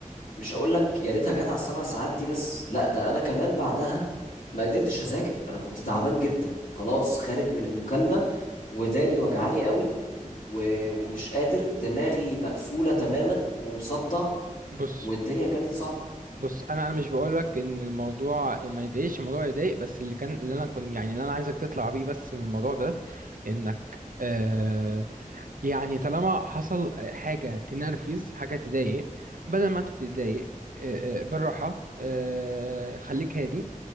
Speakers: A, on the left; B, on the right.
A: مش هقول لك يا ريتها جت على السبع ساعات دي بس لا ده انا كمان بعدها ما قدرتش اذاكر انا كنت تعبان جدا خلاص خارج من المكالمة وداني وجعاني قوي و- ومش قادر دماغي مقفولة تماما ومصدع
B: بص
A: والدنيا كانت صعبة
B: بص انا انا مش بقولك ان الموضوع ما يضايقش الموضوع يضايق بس اللي كان اللي انا كنت يعني اللي انا عايزك تطلع بيه بس من الموضوع ده انك آه، يعني طالما حصل حاجة تنرفز حاجة تضايق بدل ما انت تتضايق آه، آه، بالراحة آه، خليك هادي